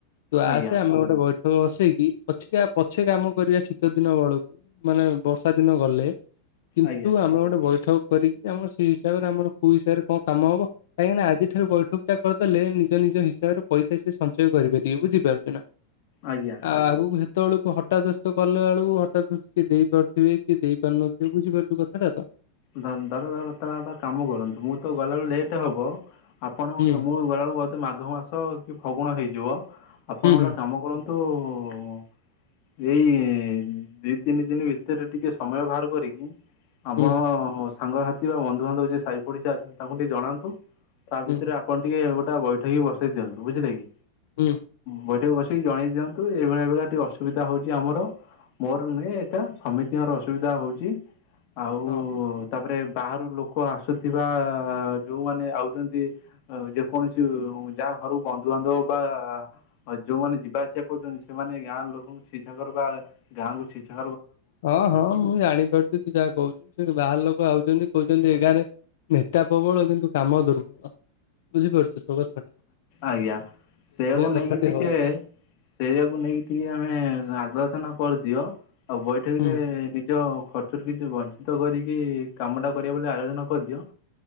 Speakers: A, on the left; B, on the left.
A: ତୁ ଆସେ
B: ଆଜ୍ଞା
A: ଆମେ ଗୋଟେ ବୈଠକ ବସେଇକି ପଛିକା ପଛେ କାମ କରିବା ଶୀତ ଦିନ ବେଳକୁ ମାନେ ବର୍ଷା ଦିନ ଗଲେ କିନ୍ତୁ
B: ଆଜ୍ଞା
A: ଆମର ଗୋ ଗୋଟେ ବୈଠକ କରିକି ଆମର ସେଇ ହିସାବରେ ଆମର କୋଉ ହିସାବରେ କଣ କାମ ହବ କାହିଁକିନା ଆଜି ଠାରୁ ବୈଠକଟା କରିଦେଲେ ନିଜ ନିଜ ହିସାବରେ ପଇସା ସିଏ ସଞ୍ଚୟ କରିପାରିବେ ବୁଝିପାରୁଚୁ ନା ଁ
B: ଆଜ୍ଞା।
A: ଆଉ ଆଗକୁ ହେତେବେଳକୁ ହଠାଦସ୍ତ କଲା ଏଳକୁ ହଠାତ୍ କିଏ ଦେଇ ପାରୁଥିବେ କି ଦେଇ ପାରୁନ ତୁ ବୁଝିପାରୁଚୁ କଥାଟା ତ
B: ଧ ଧର ଧର ତାହେଲେ ଗୋଟା କାମ କରନ୍ତୁ ମୁଁ ତ ଗଲାବେଳେ ଲେଟ୍ ହବ ଆପଣ ଗୋଟେ
A: ହୁଁ
B: ମୁଁ ଗଲାବେଳକୁ ବଧେ ମାଘ ମାସ କି ଫଗୁଣ ହେଇଯିବ ଆପଣ
A: ହୁଁ
B: ଗୋଟେ
A: ହୁଁ।
B: କାମ କରନ୍ତୁ ତୁ ଉ ଏଇ ଦିଇ ତିନି ଦିନି ଭିତରେ ଟିକେ ସମୟ ବାହାର କରିକି ଆମ
A: ହୁଁ
B: ସାଙ୍ଗସାଥି ବା ବନ୍ଧୁବାନ୍ଧବ ଯିଏ ସାହି ପଡିଶା ଅଛନ୍ତି ତାଙ୍କୁ ଟିକେ ଜଣାନ୍ତୁ। ତା
A: ହୁଁ
B: ଭିତରେ ଆପଣ ଟିକେ ଗୋଟାଏ ବୈଠକି ବସେଇ ଦିଅନ୍ତୁ ବୁଝିଲେ କି
A: ହୁଁ
B: ବୈଠକ ବସେଇକି ଜଣେଇ ଦିଅନ୍ତୁ ଏଇଭଳିଆ ଏ ଭଳିଆ ଟିକେ ଅସୁବିଧା ହଉଚି ଆମର ମୋର ନୁହେଁ ଏଟା ସମିତିଙ୍କର ଅସୁବିଧା ହଉଚି ଆଉ
A: ହଁ।
B: ଉ ତାପରେ ବାହାରୁ ଲୋକ ଆସୁଥିବା ଯୋଉମାନେ ଆଉଚନ୍ତି ଯେକୌଣସି ଯା ଘରୁ ବନ୍ଧୁବାନ୍ଧବ ବା ଆଉ ଯୋଉମାନେ ଯିବା ଇ୍ଛା କରୁଛନ୍ତି ସେମାନେ ଗାଁ ଲୋକଙ୍କୁ ଶିକ୍ଷାକ ଗାଁକୁ ଶିକ୍ା
A: ହଁ ହଁ ମୁଁ ଜାଣିପାରୁଛି ତୁ ଯାହା କହୁଛୁ ସେ ବାହାର ଲୋକ ଆଉଛନ୍ତି କହୁଛନ୍ତି ଏଗାଁରେ ନେତା ପ୍ରବଳ କିନ୍ତୁ କାମ ଦୁର୍ବଳ ବୁଝିପାରୁଛ ତୋ କଥାା
B: ଆଜ୍ଞା ସେଆକୁ
A: କଥାଟି
B: ନେଇକି ଟିକେ
A: ହଉଛି
B: ସେଇଆାକୁ ନେଇକି ଟିକେ ଆମେ ଆଲଚନା କରିଦିଅ ଆଉ ବୈଠକ
A: ହୁଁ
B: ରେ ନିଜ ଖର୍ଚ୍ଚ କିଛି ବଞ୍ଚିତ କରିକି କାମ ଟା କରିବା ବୋଲି ଆଲୋଚନ କରିଦିଅ